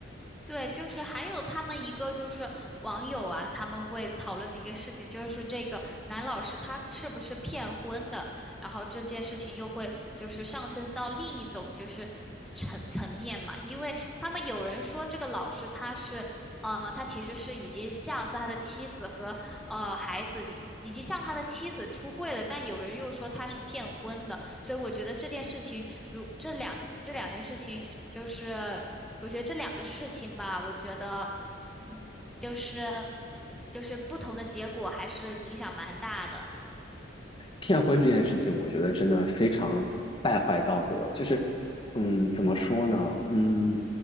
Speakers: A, in the centre; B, on the left.
A: 对，就是还有他们一个就是网友啊，他们会讨论的一个事情，就是这个男老师他是不是骗婚的，然后这件事情又会就是上升到另一种，就是层层面嘛，因为他们有人说这个老师他是，呃，他其实是已经向他的妻子和呃孩子以，经及向他的妻子出柜了，但有人又说他是骗婚的，所以我觉得这件事情，如这两这两件事情，就是我觉得这两个事情吧，我觉得，嗯，就是就是不同的结果还是影响蛮大的。
B: 骗婚这件事情，我觉得真的非常败坏道德。就是，嗯，怎么说呢？嗯，